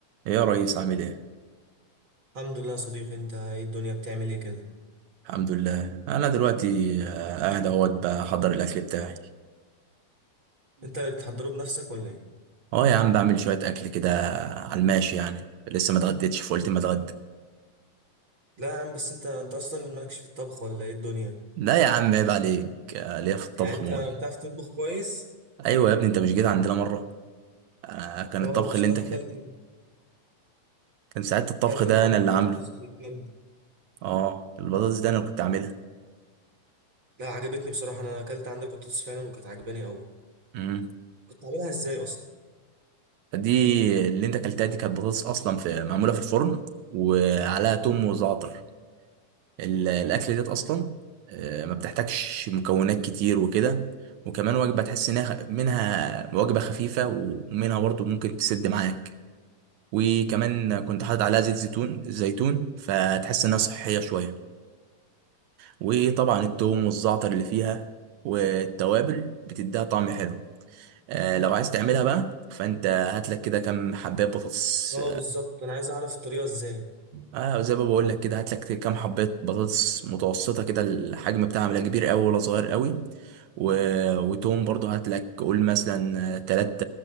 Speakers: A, on the right; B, on the right.
A: يا ريس عامل ايه؟
B: الحمد لله يا صديقي انت ايه الدنيا بتعمل ايه كده
A: الحمد لله انا دلوقتي آه، قاعد اهوت بحضر الاكل بتاعي
B: انت اللي بتحضره بنفسك ولا ايه
A: اه يا عم بعمل شوية اكل كده على الماشي يعني لسه ما اتغديتش فقلت ما اتغدى
B: لا يا عم بس انت انت اصلا مالكش في الطبخ ولا ايه الدنيا
A: لا يا عم عيب عليك آه، ليا في الطبخ
B: يعني انت
A: موت
B: بتعرف تطبخ كويس
A: ايوه يا ابني انت مش جيت عندنا مرة آه، كان
B: اه
A: الطبخ
B: انا بصراحه
A: اللي انت كان
B: اكلت
A: كان ساعات الطبخ
B: اكلت
A: ده
B: من عندك
A: انا اللي عامله
B: بطاطس كانت جامده
A: اه البطاطس ده انا كنت عاملها
B: لا عجبتني بصراحه انا اكلت عندك بطاطس فعلا وكانت عجباني قوي
A: امم
B: كنت عاملها ازاي اصلا
A: فدي اللي انت اكلتها دي كانت بطاطس اصلا في معمولة في الفرن وعليها توم وزعتر ال- الاكل ديت اصلا آه، ما بتحتاجش مكونات كتير وكده وكمان وجبه تحس انها منها وجبه خفيفه ومنها برضو ممكن تسد معاك وكمان كنت حاطط عليها زيت زيتون زيتون فتحس انها صحيه شويه وطبعا التوم والزعتر اللي فيها والتوابل بتديها طعم حلو آه، لو عايز تعملها بقى فانت هات لك كده كام حبايه بطاطس
B: اه بالظبط انا عايز اعرف الطريقه ازاي
A: آه زي ما بقول لك كده هات لك كام حبات بطاطس متوسطه كده الحجم بتاعها لا كبير قوي ولا صغير قوي و... وتوم برضو هات لك قول مثلا تلات